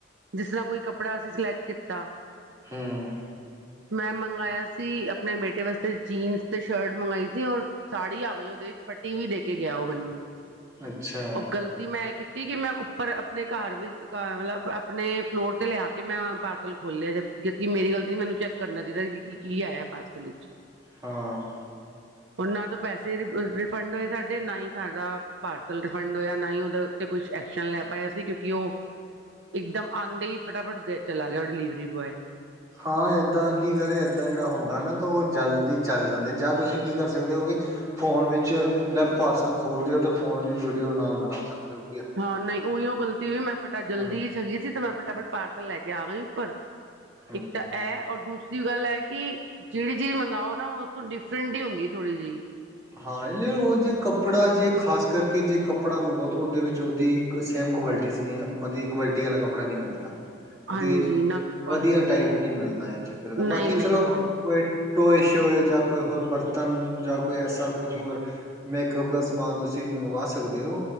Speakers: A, on the right (about 60°); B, on the right (about 15°).
A: ਜਿਸ ਤਰ੍ਹਾਂ ਕੋਈ ਕੱਪੜਾ ਅਸੀਂ ਸੈਲਕਟ ਕਿੱਤਾ
B: ਹੂੰ
A: ਮੈਂ ਮੰ ਮੰਗਵਾਇਆ ਸੀ ਆਪਣੇ ਬੇਟੇ ਵਾਸਤੇ ਜੀਨਸ ਤੇ ਸ਼ਰਟ ਮੰਗਵਾਈ ਸੀ ਔਰ ਸਾੜੀ ਆ ਗਈ ਉਹਦੇ ਵਿੱਚ ਫਟੀ ਵੀ ਦੇਖੀ। ਕਿ ਗਿਆ ਉਹ ਮੈਨੂੰ
B: ਅੱਛਾ
A: ਉਹ ਗ਼ਲਤੀ ਮੈਂ ਕੀਤੀ ਕੀਤੀ ਮੈਂ ਉੱਪਰ ਆਪਣੇ ਘਰ ਮਤਲਬ ਆਪਣੇ ਫਲੋਰ ਤੇ ਲਿਆ ਕੇ ਮੈਂ ਪਾਰਸਲ ਖੋਲਿਆ ਮੇਰੀ ਗਲਤੀ ਮੈਨੂੰ ਚੈੱਕ ਕਰਨਾ ਚਾਹੀਦਾ ਕੀ ਕੀ ਆਇਆ ਪਾਰਸਲ ਵਿੱਚ
B: ਹਾਂ
A: ਹੁਣ ਨਾ ਤਾਂ ਪੈਸੇ ਰਿਫੰਡ ਹੋਏ ਸਾਡੇ ਨਾ ਹੀ ਸਾਡਾ ਪਾਰਸ ਰਿਫੰਡ ਹੋਇਆ ਨਾ ਹੀ ਉਹਦੇ ਉੱਤੇ ਕੁਛ ਐਕਸ਼ਨ ਲੈ ਪਾਇਆ ਸੀ ਕਿਉਂਕਿ ਉਹ ਇੱਕਦਮ ਆਉਂਦੇ ਹੀ ਫਟਾਫਟ ਚਲਾ ਗਿਆ ਉਹ ਡਿਲੀਵਰੀ ਬੋਆਏ
B: ਹਾਂ ਏਦਾਂ ਕੀ ਕਰੇ ਏਦਾਂ ਜਿਹੜਾ ਹੁੰਦਾ ਨਾ ਤਾਂ ਉਹ ਜਲਦੀ ਚੱਲ ਜਾਂਦੇ ਜਾਂ ਤੁਸੀਂ ਕੀ ਕਰ ਸਕਦੇ ਹੋ ਕਿ ਫੋਨ ਵਿੱਚ ਲੈ ਪਾਰਸਲ ਖੋਲਦੇ ਹੋ ਤੇ ਫੋਨ ਵਿੱਚ ਵੀਡੀਓ ਨਾਲ ਬਣਾ ਸਕਦੇ ਹੋ
A: ਹਾਂ ਨਹੀਂ ਉਹੀ ਉਹ ਗਲਤੀ ਹੋਈ ਮੈਂ ਫਟਾਫਟ ਜਲਦੀ
B: ਹੂੰ
A: ਚਲੀ ਸੀ ਤੇ ਮੈਂ। ਫਟਾਫਟ ਪਾਰਸਲ ਲੈ ਕੇ ਆ ਗਈ ਉੱਪਰ
B: ਹੂੰ
A: ਇੱਕ ਤਾਂ ਹੈ ਔਰ ਦੂਸਰਾ ਗੱਲ ਹੈ ਕਿ ਜਿਹੜੀ ਜਿਹੜੀ ਮੰਗਵਾਓ ਨਾ ਉਸ ਤੋਂ ਡਿਫਰੈਂਟ ਹੀ ਹੁੰਦੀ ਥੋੜ੍ਹੀ ਜਿਹੀ।
B: ਹਾਂ ਉਹ ਜੇ ਕੱਪੜਾ ਜੇ ਖ਼ਾਸ ਕਰਕੇ ਜੇ ਕੱਪੜਾ ਮੰਗਾਓ ਤਾਂ ਉਹਦੇ ਵਿੱਚ ਉਹਦੀ ਸੇਮ ਕੁਆਲਟੀ ਮਤਲਬ ਕੁਆਲਿਟੀ ਵਾਲਾ ਕੱਪੜਾ ਨਹੀਂ ਮਿਲਦਾ। ਮਤਲਬ
A: ਹਾਂਜੀ
B: ਕਿ
A: ਨਾ
B: ਵਧੀਆ
A: ਹਾਂਜੀ
B: ਟਾਈਪ ਨਹੀਂ ਮਿਲਦਾ ਇਹ ਚੱਕਰ ਤਾਂ
A: ਨਹੀਂ
B: ਬਾਕੀ
A: ਨਹੀਂ
B: ਚਲੋ
A: ਹਾਂ
B: ਕੋਈ। ਟੋਏ ਸ਼ੋਏ ਜਾਂ ਕੋਈ ਹੋਰ ਬਰਤਨ ਜਾਂ ਕੋਈ ਐਸਾ ਕੋਈ ਹੋਰ ਮੇਕਅਪ ਦਾ ਸਮਾਨ ਤੁਸੀਂ ਮੰਗਵਾ ਸਕਦੇ ਹੋ।